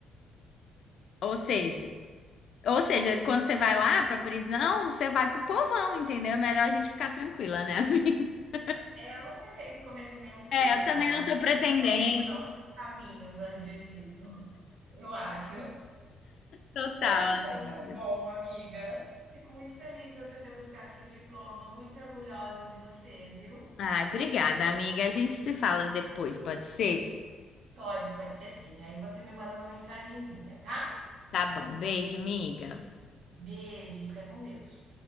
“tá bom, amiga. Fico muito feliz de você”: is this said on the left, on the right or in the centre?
Right